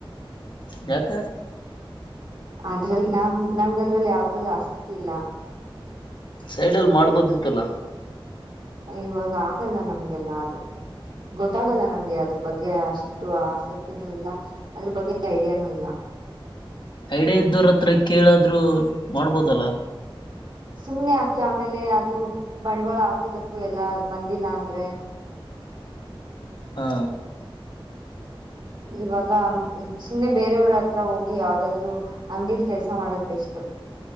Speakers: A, on the left; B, on the right.
A: ಯಾಕ
B: ಅದ್ರಲ್ ನಮ ನಮ್ಗದ್ರಲ್ಲಿ ಯಾವದ್ರಲ್ಲಿ ಆಸಕ್ತಿ ಇಲ್ಲ
A: ಸೈಡ್ ಅಲ್ಲಿ ಮಾಡ್ಬೋದಿತ್ತಲ್ಲಾ
B: ಇವಾಗ ಆಗಲ್ಲ ನಮ್ಗೆಲ್ಲಾ ಅದು ಗೊತ್ತಾಗಲ್ಲ ನಂಗೆ ಅದ್ರ ಬಗ್ಗೆ ಅಷ್ಟ ಅಷ್ಟು ಆಸಕ್ತಿನೂ ಇಲ್ಲ ಅದ್ರ ಬಗ್ಗೆ ಐಡಿಯಾನು ಇಲ್ಲ
A: ಐಡಿಯಾ ಇದ್ದವ್ರ ಹತ್ರ ಕೇಳಾದ್ರು ಮಾಡ್ಬೋದಲ್ಲ
B: ಸುಮ್ನೆ ಹಾಕಿ ಆಮೇಲೆ ಅದು ಬಂಡವಾಳ ಹಾಕಿದಕ್ಕೂ ಎಲ್ಲಾ ಬಂದಿಲ್ಲ ಅಂದ್ರೆ
A: ಹಾ
B: ಇವಾಗ ಸುಮ್ನೆ ಬೇರೆಯವ್ರ ಹತ್ರ ಹೋಗಿ ಯಾವ್ದಾದ್ರು ಅಂಗಡಿೀಲಿ ಕೆಲ್ಸ ಮಾಡದ್ ಬೆಸ್ಟು